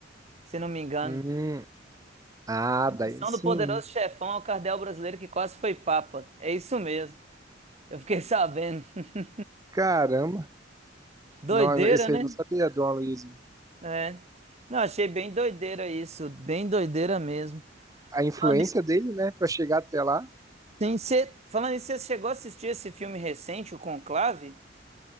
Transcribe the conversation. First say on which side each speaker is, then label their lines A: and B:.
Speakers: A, on the right; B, on the right.
A: Se não me engano.
B: hum, ah, daí
A: Missão
B: sim.
A: do poderoso chefão ao cardeal brasileiro que quase foi papa. É isso mesmo. Eu fiquei sabendo. <laughs>
B: Caramba.
A: Doideira,
B: Não, esse
A: né?
B: aí eu não sabia, Dom Aloysio.
A: É. Não, achei bem doideira isso. Bem doideira mesmo.
B: a influência
A: Falando nisso,
B: dele, né, para chegar até lá.
A: Sim, você, falando isso, você chegou a assistir esse filme recente, o Conclave?